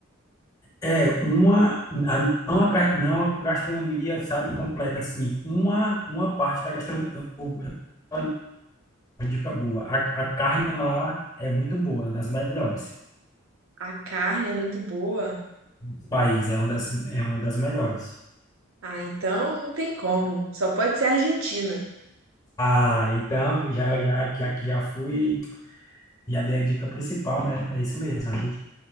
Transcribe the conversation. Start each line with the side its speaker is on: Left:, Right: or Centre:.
Left: É uma, a- não a, ga- não a gastronomia, sabe, completa, assim, uma, uma parte da gastronomia, eu vou eu vou dar uma dica boa, a, a carne lá é muito boa, é uma das melhores,
Right: A carne é muito boa.
Left: o país é uma das, é uma das melhores.
Right: Ah, então não tem como. Só pode ser Argentina.
Left: Ah, então, já, já, já que já fui, já dei a dica principal, né, é isso mesmo, a gente,